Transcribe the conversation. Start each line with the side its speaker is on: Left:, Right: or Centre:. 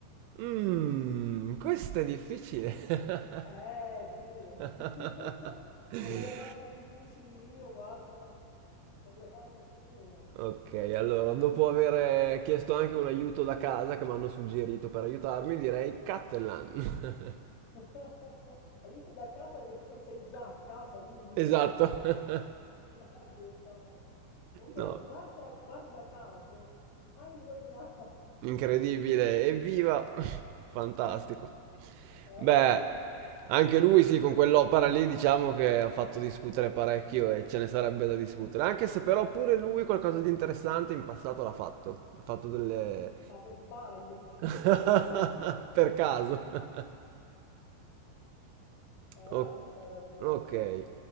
Right: Mmm, questo è difficile.
Left: Eh
Right: <laughs>
Left: sì,
Right: <laughs>
Left: <laughs> come le faccio difficili io, guarda, non le fa nessuno.
Right: Ok, allora, dopo aver chiesto anche un aiuto da casa che mi hanno suggerito per aiutarmi, direi Cattelan. <laughs>
Left: <laughs> Aiuto da casa che poi sei già a casa, quindi
Right: Esatto.
Left: <laughs> proprio...
Right: <laughs>
Left: <laughs> Ah, direttamente. Comunque,
Right: No.
Left: guarda, guarda caso, hai indovinato. <laughs>
Right: Incredibile, evviva! <laughs> Fantastico.
Left: E
Right: Beh,
Left: ora tocca a te.
Right: anche lui sì, con quell'opera lì diciamo che ha fatto discutere parecchio e ce ne sarebbe da discutere, anche se però pure lui qualcosa di interessante in passato l'ha fatto, ha fatto delle...
Left: Ma per sbaglio, tipo.
Right: <laughs>
Left: <laughs>
Right: per caso. <laughs>
Left: E
Right: O-
Left: ora tocca di nuovo
Right: ok,
Left: a te.